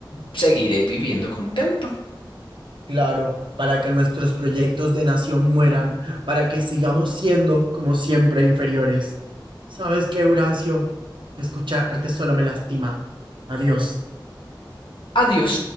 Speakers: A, on the left; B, on the right.
A: seguiré viviendo contento.
B: Claro, para que nuestros proyectos de nación mueran, para que sigamos siendo, como siempre, inferiores. ¿Sabes qué, Horacio? Escucharte solo me lastima. Adiós.
A: Adiós.